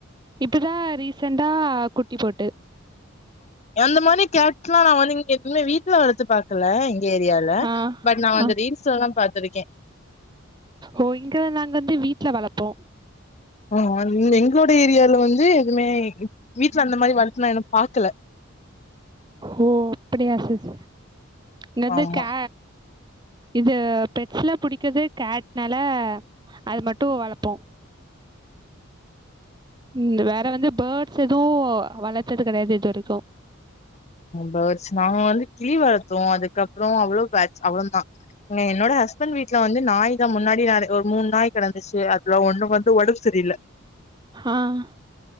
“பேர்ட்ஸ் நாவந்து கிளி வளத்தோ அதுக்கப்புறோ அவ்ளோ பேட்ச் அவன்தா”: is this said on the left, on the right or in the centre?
Left